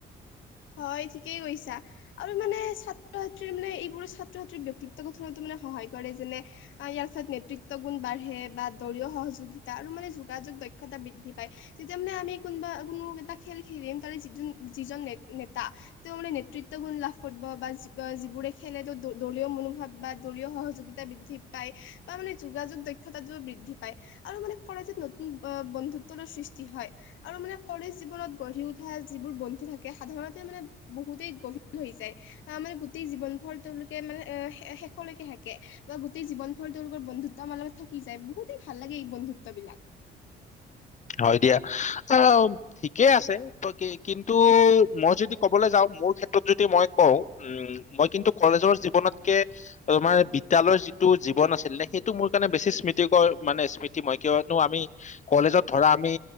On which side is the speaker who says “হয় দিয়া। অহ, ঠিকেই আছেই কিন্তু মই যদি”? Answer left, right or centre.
Left